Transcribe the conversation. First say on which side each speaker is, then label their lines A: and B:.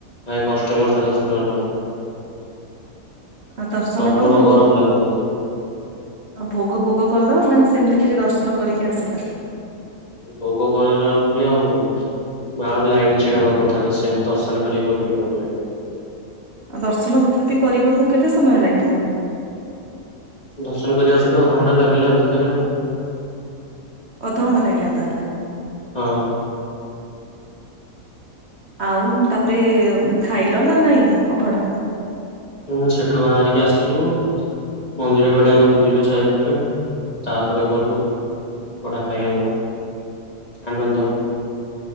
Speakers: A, on the left (about 25°); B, on the right (about 50°).
A: ଭାରି କଷ୍ଟେ ମଷ୍ଟେ ଦର୍ଶନ ହେଲା।
B: ଆଉ ଦର୍ଶନ
A: ପ୍ରବଳ
B: କଲ ଭୋଗ
A: ଗରମ ଲାଗୁଥିଲା ସେଠି
B: ଆଉ ଭୋଗ ଫୋଗ କଲ ନା ସେମିତି ଖାଲି ଦର୍ଶନ କରିକି ଆସିଲ।
A: ଭୋଗ <unintelligible> ଆଉ ନା ଆହୁରି ଲାଇନ୍ ରେ ଛିଡାହେବାକୁ ପଡିଥାନ୍ତା ସେମତି ଦର୍ଶନ ଖାଲି କରିକି ପଳିଆଇଲୁ।
B: ଆ ଦର୍ଶନ ତଥାପି କରିବାକୁ କେତେ ସମୟ ଲାଗିଲା?
A: ଦର୍ଶନ କରିବାକୁ ସେଠୁ ଅଧଘଣ୍ଟା ଲାଗିଲା ଭିତରେ ଆଉ।
B: ଅଧଘଣ୍ଟା ଲାଗିଲା ତାହେଲେ।
A: ହଁ।
B: ଆଉ ତାପରେ ଖାଇଲ ନା ନାଇଁ ଅଭଡା।
A: ପୁଣି ସେଠୁ ବାହାରିକି ଆସିଲୁ। ମନ୍ଦିର ବେଢ଼ାରେ ବୁଲିଲୁ ଚାରିପଟେ ତାପରେ ଗଲୁ। ଅଭଡ଼ା ଖାଇବାକୁ ଆନନ୍ଦ